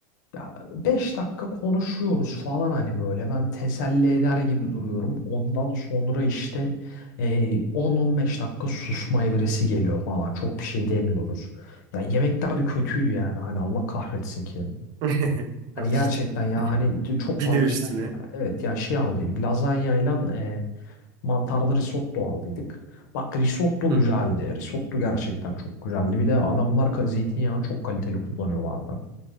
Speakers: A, on the left (about 80°); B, on the right (about 40°).
A: Ya 5 dakika konuşuyoruz falan hani böyle ben teselli eder gibi duruyorum. Ondan sonra işte e, 10-15 dakika susma evresi geliyor falan. Çok bir şey demiyoruz. Ya yemekler de kötüydü yani hani Allah kahretsin ki.
B: <laughs>
A: Hani
B: Al
A: gerçekten
B: işte.
A: ya hani çok
B: Bir
A: fazla
B: de üstüne.
A: şey alma. Hani evet ya şey aldıydık lazanyayla e, mantarlı risotto aldıydık. Bak risotto
B: Hı
A: güzeldi.
B: hı.
A: Risotto gerçekten çok güzeldi. Bir de adamlar ka- zeytinyağını çok kaliteli kullanıyorlardı.